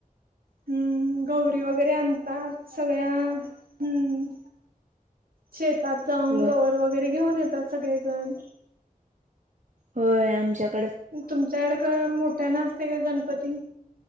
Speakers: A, on the right; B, on the right.
A: हम्म गौरी वगैरे आणतात. सगळ्या हम्म शेतात जाऊन
B: होय
A: गवर वगैरे घेऊन येतात सगळेजण.
B: होय आमच्यात
A: तुमच्याकडे काय मोठ्यान असतंय काय गणपती?